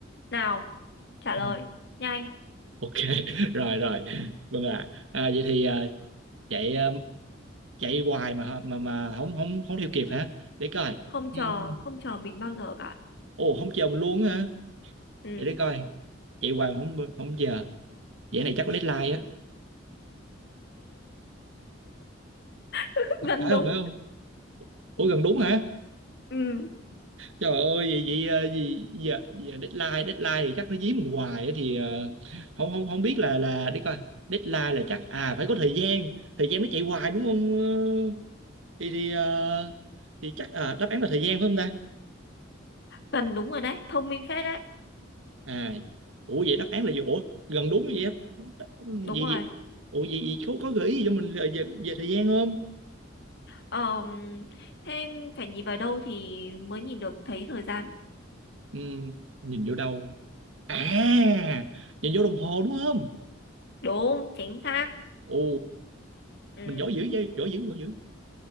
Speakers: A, on the left (about 60°); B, on the right (about 80°).
A: nào trả
B: ừ.
A: lời nhanh
B: ok <laughs> rồi rồi vâng ạ à. vậy thì à, chạy à, chạy hoài mà hả- mà mà không không không theo kịp hả để coi
A: không chờ
B: Ừm,
A: không chờ mình bao giờ cả
B: ồ không chờ mình luôn á hả
A: ừ,
B: để để coi chạy hoài mà không không chờ vậy này chắc có deadline á
A: <laughs> gần
B: phải không
A: đúng
B: phải không ủa
A: ừ,
B: gần đúng hả
A: ừ,
B: Trời ơi vậy vậy ờ, gì giờ, giờ deadline deadline thì chắc nó dí mình hoài á thì ờ, không không không biết là là đi coi deadline là chắc à phải có thời gian thời gian nó chạy hoài đúng không Ờ, thì thì ờ, thì chắc à, đáp án là thời gian phải không ta
A: gần đúng rồi đấy thông minh phết đấy
B: à ủa vậy đáp án là gì ủa gần đúng vậy á Không, đáp-
A: đúng
B: vậy
A: rồi
B: vậy ủa vậy, vậy có có gợi ý gì cho mình là về, về thời gian không
A: Ờm, thế phải nhìn vào đâu thì mới nhìn được thấy thời gian
B: ừ, nhìn vô đâu à nhìn vô đồng hồ đúng không
A: đúng chính xác
B: ồ
A: ừ.
B: mình giỏi dữ vậy giỏi dữ giỏi dữ